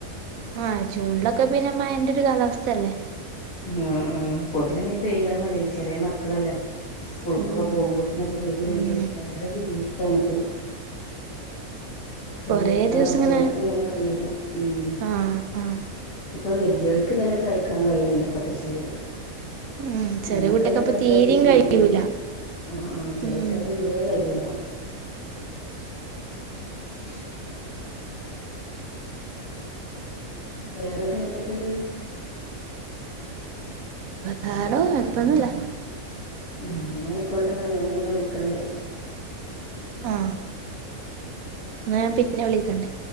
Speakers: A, on the right (about 75°); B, on the left (about 90°).
A: ആഹ് ജൂണിലൊക്കെ പിന്നെ മഴന്റെ ഒരു കാലാവസ്ഥയല്ലേ
B: ഉം ഉം അപ്പോത്തിനും പെയ്താ മതിന് ചെറിയ മക്കളല്ലേ സ്കൂൾക്കൊക്കെ
A: ഉം
B: പോകുമ്പോത്തിനൊക്കെ പെയ്തില്ലെങ്കിൽ
A: ഉം
B: ഭയങ്കര ബുദ്ധിമുട്ടാണ് ഇപ്പത്. ചെറിയ
A: കൊറേ
B: കുട്ടികളാകുമ്പോ
A: ദിവസം ഇങ്ങനെ
B: അവർക്കൊന്നും തന്നെ കഴിയൂല ഉം
A: ആഹ് ആഹ്
B: ഇപ്പൊ വല്ലിയോര്ക്ക് തന്നെ സഹിക്കാൻ കഴിയണില്ല ഇപ്പത്തെ ചൂട്
A: ഉം ചെറിയ
B: ഞമ്മക്ക്ന്നെ
A: കുട്ടിയക്കപ്പ
B: ഇപ്പത്ര
A: തീരയും
B: ബുദ്ധിമുട്ടുണ്ട്
A: കഴിയൂല
B: ആഹ് ആഹ് ചെറിയ
A: ഉം
B: കുട്ടികൾക്ക് തീരെ കഴിയൂലാ ഉം <inaudible> വേറെ പിന്നെ എന്തൊക്കെയുണ്ട്?
A: വേറെ കൊഴപ്പൊന്നുംല്ല
B: ഉം എന്നായിക്കോട്ടെ എന്നാല് ഞാൻ പിന്നെ വിളിക്കണ്ട്
A: ആഹ് എന്നാ ഞാൻ പിന്നെ വിളിക്കണ്ട്